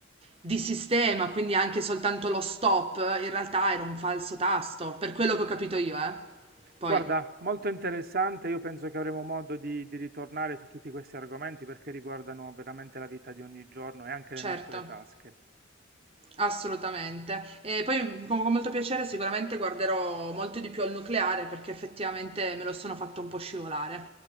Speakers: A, on the right (about 30°); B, on the right (about 50°).
A: di sistema, quindi anche soltanto lo stop, in realtà era un falso tasto, per quello che ho capito io, eh. Poi,
B: Guarda, molto interessante, io penso che avremo modo di, di ritornare su tutti questi argomenti perché riguardano veramente la vita di ogni giorno e anche
A: certo.
B: le nostre tasche,
A: Assolutamente. E poi con con molto piacere sicuramente guarderò molto di più al nucleare perché effettivamente me lo sono fatto un po' scivolare.